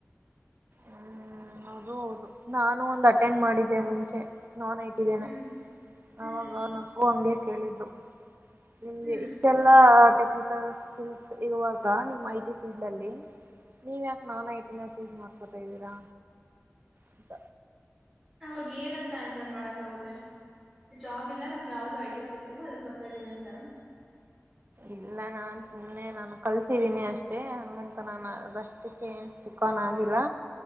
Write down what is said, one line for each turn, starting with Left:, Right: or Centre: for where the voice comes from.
Right: ಹ್ಮ್ ಅದು ಹೌದು ನಾನು ಒಂದು ಅಟೆಂಡ್ ಮಾಡಿದ್ದೆ ಮುಂಚೆ. ನಾನ್ ಐಟಿ ದ್ದೇನೆ
Centre: ಹ್ಮ್ ಹ್ಮ್
Right: ಅವಾಗ ಅವ್ರ್ ನಂಗೂ ಹಂಗೆ. ಕೇಳಿದ್ಲು ನಿಮ್ಗೆ
Centre: ಹ್ಮ್
Right: ಇಷ್ಟೆಲ್ಲಾ ಆಟೆ ಟೆಕ್ನಿಕಲ್ ಸ್ಕಿಲ್ಸ್ ಇರುವಾಗ ನಿಮ್ಮ್ ಐ ಟಿ ಫೀಲ್ಡ್ ಅಲ್ಲಿ ನೀವ್ ಯಾಕೆ ನಾನ್ ಐಟಿ ನ ಚೂಸ್ ಮಾಡ್ ಕೊತಾದ್ದೀರಾ ಅಂತ.
Centre: ಅವಾಗ ಏನಂತ ಆನ್ಸರ್ ಮಾಡೋಕ್ಕಾಗುತ್ತೆ ಜಾಬ್ ಇಲ್ಲ ನಮ್ಗೆ ಯಾವುದೂ ಐ ಟಿಲ್ ಸಿಕ್ತಿಲ್ಲ ಅದಕ್ಕೆ ಬರ್ತಾ ಇದ್ದೀವಿ ಅಂತನ.
Right: ಇಲ್ಲ ನಾನ್ ಸುಮ್ನೆ ನಾನು ಕಲ್ತಿದ್ದೀನಿ ಅಷ್ಟೇ ಹಂಗಂತ ನಾನು ಅದಷ್ಟಕ್ಕೆ ಏನ್ ಸ್ಟಿಕಾನ್ ಆಗ್ತಿಲ್ಲ.